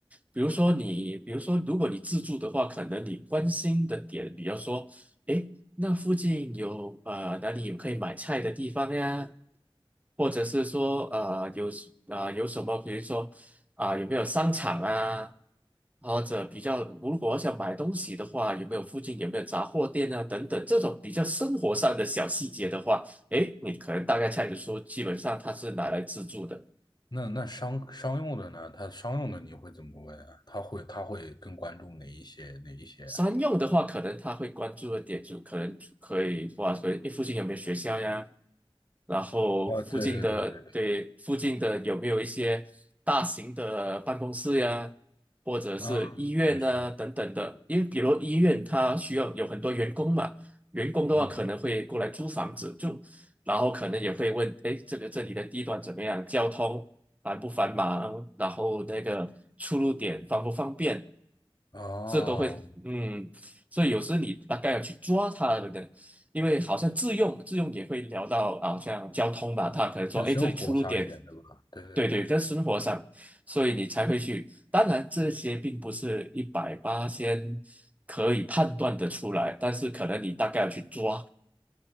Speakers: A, on the right (about 15°); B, on the left (about 45°).
A: 比如说你，比如说如果你自助的话，可能你关心的点，比如说，诶，那附近有呃哪里有可以买菜的地方呀？或者是说呃有什啊、有什么，比如说啊、有没有商场啊？或者比较，如果我想买东西的话，有没有附近有没有杂货店啊？等等，这种比较生活上的小细节的话。诶，你可能大概猜得出，基本上它是拿来自助的。
B: 那那商商用的呢？他商用的你会怎么问啊？他会他会更关注哪一些哪一些啊？
A: 商用的话，可能他会关注的点就可能可以哇，可能诶附近有没有学校呀？然后附近的对附近的有没有一些大型的办公室呀，
B: 哦，对对对对对，
A: 或者是医院呐、
B: 啊，也是，
A: 等等的？因为比如医院它需要有很多员工嘛，员工的话可能会过来租房子住，
B: 嗯，
A: 然后可能也会问，哎，这个这里的地段怎么样？交通繁不繁忙？然后那个出入点方不方便？
B: 哦，
A: 这都会嗯，所以有时你大概要去抓它的，对不对？因为好像自用自用也会聊到啊，像交通吧，他可能说，
B: 更生活上一点，
A: 哎，这里出入点，
B: 对吧？对对对。
A: 对对，在生活上，所以你才会去。当然，这些并不是一百八先可以判断的出来，但是可能你大概要去抓。